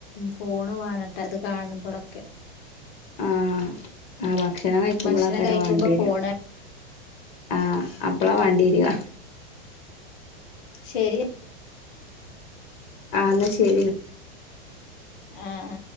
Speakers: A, on the left; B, on the left.
A: ഫോണ് വേണട്ടെ അത് കാണുമ്പോഴൊക്കെ
B: ആഹ ആ ഭക്ഷണം കഴിക്കുമ്പോൾ
A: ഭക്ഷണം
B: ആയിരിക്കും
A: കഴിക്കുമ്പോ
B: വേണ്ടി വര
A: ഫോണ്
B: ആഹ അപ്പളാ വേണ്ടിവരുക
A: ശരി
B: ആന്നാ ശരി
A: ആഹ ആഹ